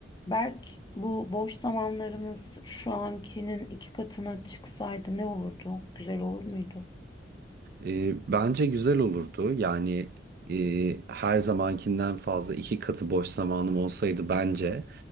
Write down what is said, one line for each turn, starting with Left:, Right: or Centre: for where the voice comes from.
Left: Berk bu boş zamanlarımız şu ankinin iki katına çıksaydı ne olurdu? Güzel olur muydu?
Right: E, bence güzel olurdu. Yani e, her zamankinden fazla iki katı boş zamanım olsaydı bence